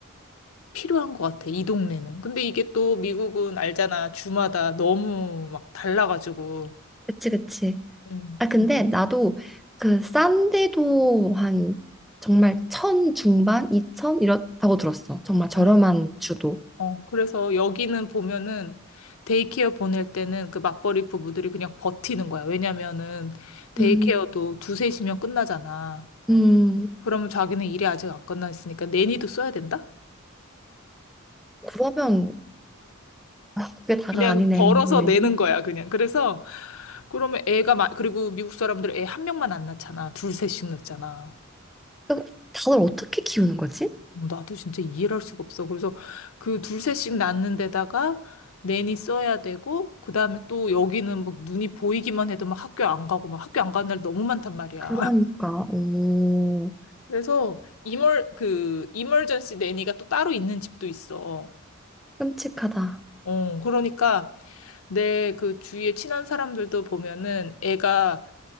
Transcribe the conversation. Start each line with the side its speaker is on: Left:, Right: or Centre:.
Left: 필요한 것 같아, 이 동네는. 근데 이게 또 미국은 알잖아. 주마다 너무 막 달라가지고.
Centre: 그치 그치.
Left: 음.
Centre: 아 근데 나도 그 싼데도 한 정말 천 중반, 이천 이렇다고 들었어. 정말 저렴한
Left: 어,
Centre: 주도.
Left: 어, 그래서 여기는 보면은 데이케어 보낼 때는 그 맞벌이 부부들이 그냥 버티는 거야. 왜냐면은 데이케어도
Centre: 음,
Left: 두세 시면 끝나잖아.
Centre: 음
Left: 그러면 자기는 일이 아직 안 끝났으니까 내니도 써야 된다?
Centre: 그러면 아, 그게 다가
Left: 그냥
Centre: 아니네.
Left: 벌어서
Centre: 왜?
Left: 내는 거야, 그냥. 그래서 그러면 애가 마- 그리고 미국 사람들 애 한 명만 안 낳잖아. 둘, 셋씩 낳잖아.
Centre: 그러니까 다들 어떻게 키우는 거지?
Left: 어, 나도 진짜 이해를 할 수가 없어. 그래서 그 둘셋씩 낳는 데다가 내니 써야 되고, 그 다음에 또 여기는 뭐 눈이 보이기만 해도 막 학교 안 가고, 막 학교 안 가는 날 너무 많단 말이야.
Centre: 그러니까
Left: <laughs>
Centre: 오
Left: 그래서 이멀, 그, 이멀전시 내니가 또 따로 있는 집도 있어.
Centre: 끔찍하다.
Left: 어, 그러니까 내 그 주위에 친한 사람들도 보면은 애가